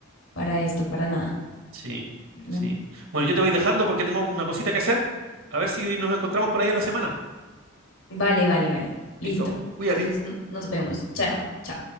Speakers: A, on the left (about 75°); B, on the right (about 80°).
A: para esto, para nada,
B: Sí,
A: ¿no?
B: sí. Bueno, yo te voy dejando porque tengo una cosita que hacer. A ver si nos encontramos por ahí en la semana.
A: Vale, vale, vale. Listo.
B: Listo, cuídate.
A: Entonces no- nos vemos. Chao, chao.